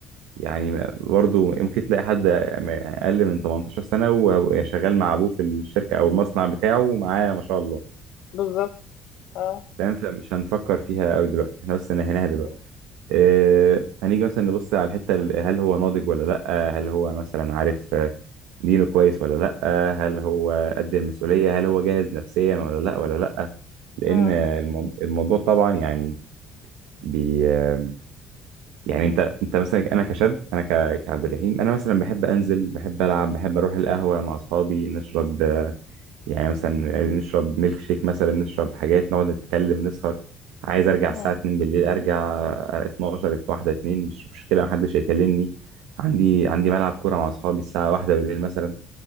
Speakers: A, on the right; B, on the left.
A: يعني برضو يمكن تلاقي حد اقل من 18 سنه وشغال مع ابوه في الشركه او المصنع بتاعه ومعاه ما شاء الله
B: بالظبط اه
A: تمام فمش هنفكر فيها قوي دلوقتي احنا بس نهيناها دلوقتي
B: مم.
A: آه، هنيجي مثلا نبص على الحتة ال- هل هو ناضج ولا لأ هل هو مثلا عارف آه، دينه كويس ولا لأ هل هو قد المسؤولية هل هو جاهز نفسيا ولا لأ ولا لأ لأن
B: اه
A: آه، المو- الموضوع طبعا يعني بي آه، يعني انت انت مثلا انا كشاب انا ك- كعبد الرحيم انا مثلا بحب انزل بحب العب بحب اروح القهوه مع اصحابي نشرب يعني مثلا عايزين نشرب ميلك شيك مثلا نشرب حاجات نقعد نتكلم نسهر عايز ارجع
B: اه
A: الساعة 2 بالليل ارجع 12 واحدة 2 مش مشكلة محدش هيكلمني عندي عندي ملعب كورة مع اصحابي الساعة واحدة بالليل مثلا